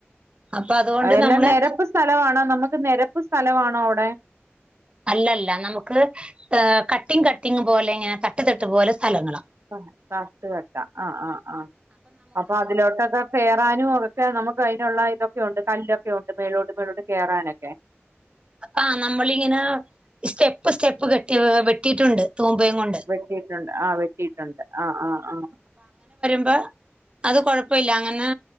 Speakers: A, on the right; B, on the right.
A: അപ്പൊ അതുകൊണ്ട്
B: ആ എല്ലാം
A: നമ്മള്
B: നിരപ്പ് സ്ഥലമാണോ നമുക്ക് നിര പ്പ് സ്ഥലമാണോ അവിടെ?
A: അല്ലല്ല നമുക്ക് കട്ടിങ് കട്ടിങ് പോലെ ഇങ്ങനെ തട്ട് തട്ട് പോലെ സ്ഥലങ്ങളാ
B: ആ തട്ടുതട്ടാ ആഹ് ആഹ് ആഹ് അപ്പൊ അതിലോട്ടൊക്കെ കയറാനും ഒക്കെ നമുക്ക് അയ്നുള്ള ഇതൊക്കെ ക്കെ ഉണ്ട് കല്ലൊക്കെ ഉണ്ട് മേളോട്ട് മേളോട്ട് കേറാനൊക്കെ?
A: ആഹ് നമ്മളിങ്ങനെ സ്റ്റെപ്പ് സ്റ്റെപ്പ് കെട്ടി വെട്ടിയിട്ടുണ്ട് തൂമ്പയും കൊണ്ട്
B: വെട്ടിട്ടുണ്ട് ആ വെട്ടിട്ടുണ്ട് ആഹ് ആ ആഹ്
A: അപ്പ അത് കുഴപ്പില്ല അങ്ങനെ